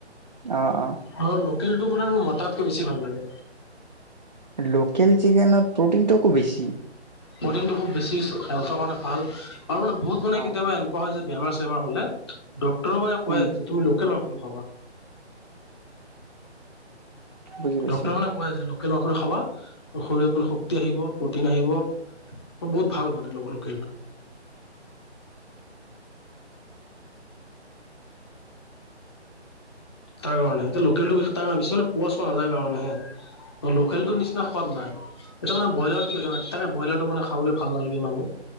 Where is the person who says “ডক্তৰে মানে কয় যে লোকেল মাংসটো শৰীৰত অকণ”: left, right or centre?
Left